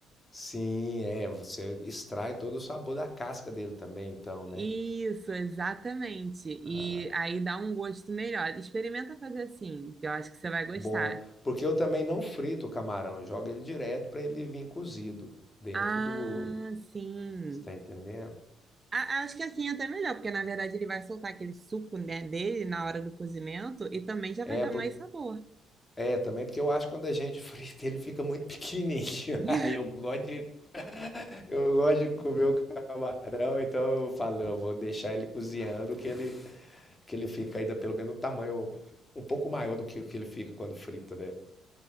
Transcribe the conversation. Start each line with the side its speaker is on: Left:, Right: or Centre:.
Left: Sim, é, você extrai todo o sabor da casca dele também, então, né?
Right: Isso, exatamente. E
Left: Ah,
Right: aí dá um gosto melhor. Experimenta fazer assim, que eu acho que você vai gostar.
Left: bom, porque eu também não frito o camarão, eu jogo ele direto para ele vir cozido dentro
Right: Ah,
Left: do,
Right: sim.
Left: você tá entendendo?
Right: A- Acho que assim é até melhor, porque na verdade ele vai soltar aquele suco, né, dele na hora do cozimento e também já
Left: É,
Right: vai dar
Left: por-
Right: mais sabor.
Left: É, também porque eu acho que quando a gente <laughs> frita, ele fica muito pequenininho.
Right: <laughs>
Left: <laughs> Aí eu gosto de, eu gosto de comer o camarão, então eu falo, eu vou deixar ele cozinhando, que ele, que ele fica ainda pelo menos um tamanho um pouco maior do que o que ele fica quando frita, né?